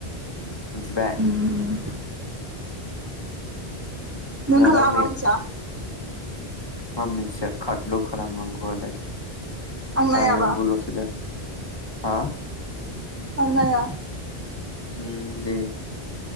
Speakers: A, on the left; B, on the right.
A: मिथिबाय
B: उम नों
A: नङाला
B: खालाम
A: मैया
B: आं मिथिया
A: मा मोनथिया खादल' खालामनांगौ आलाय
B: आं नायाबा
A: दानांगौलसो दा हा
B: आं नाया
A: हुम दे